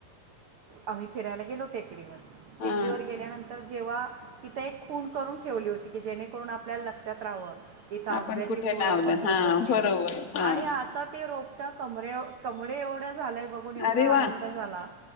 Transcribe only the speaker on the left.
हा
आपण कुठे
लावलं
हा बरोबर हा
अरे वा